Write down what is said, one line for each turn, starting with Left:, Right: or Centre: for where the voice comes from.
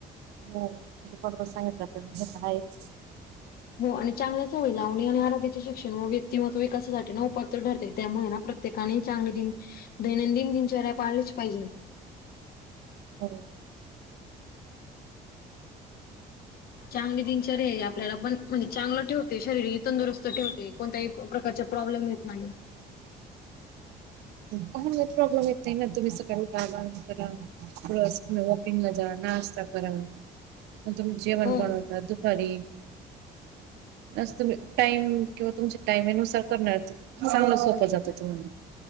Right: हो तुमच्या बरोबर सांगितलं तर हे तर आहेच.
Left: हो आणि चांगल्या सवय लावणे आणि आरोग्याचे शिक्षण व्यक्तिमत्व विकासासाठी ना उपयुत ठरते त्यामुळे ना प्रत्यक ठिकाणी चांगली दैनंदिन दिनचर्या पाळलीच पाहिजे.
Right: हो
Left: चांगली दिनचर्या ही आपल्याला पण म्हणजे चांगलं ठेवते शरीर ही तंदुरुस्त ठेवते. कोणत्याही प्रकारच्या प्रॉब्लेम येत नाही.
Right: पहान प्रॉब्लेम येत नाही ना तुम्ही सकाळी उठवा हे करा. रोज तूम्ही वोकींगला जा नाश्ता करा. मग तुम्ही जेवन
Left: हो
Right: बनवता दुपारी, असं तुम्ही टाइम ठेवा तुमच्या टाईमनुसार करणार चांगलं सोपं जातं तुम्हाला.